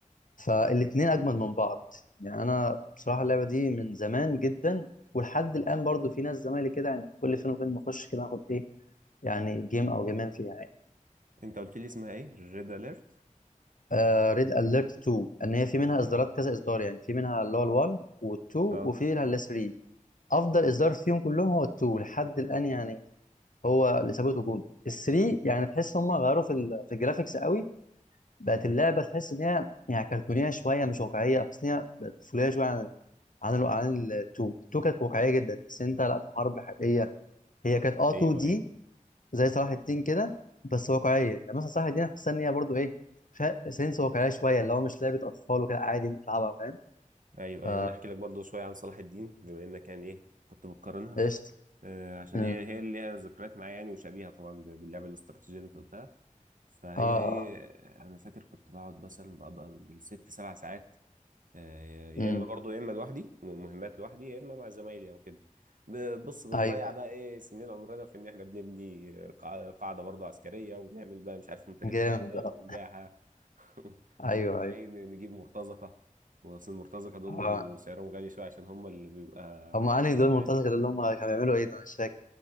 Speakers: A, on the left (about 70°); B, on the right (about 70°).
A: فالاتنين أجمل من بعض يعني أنا بصراحة اللعبة دي من زمان جدا ولحد الآن برضو في ناس زمايلي كده يعني كل فين وفين بخش كده آخد إيه يعني جيم أو جيمين فيها يعني
B: انت قلت لي اسمها ايه ريد اليرت
A: آه ريد أليرت 2 إن هي في منها
B: اه
A: إصدارات كذا إصدار يعني في منها اللي هو ال1 وال2
B: اه
A: وفي منها ال3 افضل اصدار فيهم كلهم هو التو لحد الان يعني هو اللي ثابت وجوده الثري يعني تحس ان هم غيروا في ال- في الجرافيكس قوي بقت
B: مم.
A: اللعبه تحس ان هي يعني كرتونيه شويه مش واقعيه تحس ان هي بقت طفوليه شويه عن عن ال- عن التو التو كانت واقعيه جدا تحس ان انت لا في حرب حقيقيه هي كانت اه
B: ايوه
A: 2 دي
B: ايوه
A: زي صلاح الدين كده بس واقعيه يعني مثلا صلاح الدين حاسس ان هي برضه ايه فيها سنس واقعيه شويه اللي هو مش لعبه اطفال وكده عادي ممكن تلعبها فاهم
B: ايوه
A: ف
B: ايوه انا هحكي لك برضو شويه عن صلاح الدين بما انك يعني ايه كنت بتقارنها
A: قشطه
B: آه، عشان
A: امم
B: هي هي اللي ليها ذكريات معايا يعني وشبيهه طبعا ب- باللعبه الاستراتيجيه اللي انت قلتها فهي
A: اه
B: ايه انا فاكر كنت بقعد مثلا بقى بقى بالست سبع ساعات آه، يا
A: امم
B: اما برضو يا اما لوحدي مهمات لوحدي يا اما مع زمايلي او كده ب- بص بنضيع
A: ايوه أيوه.
B: بقى ايه سنين عمرنا في ان احنا بنبني قاع- قاعده برضو عسكريه ونعمل بقى مش عارف منتجات
A: جامد
B: اخشاب
A: اه
B: ونبيعها <laughs>
A: ايوه
B: ونقعد بقى
A: ايوه
B: ايه ن- نجيب مرتزقه واصل المرتزقه دول
A: اه
B: بيبقوا سعرهم غالي شويه عشان هم اللي بيبقى
A: هم انهي دول
B: يعني
A: مرتزقة اللي هم كانوا بيعملوا ايه ده أنا مش فاكر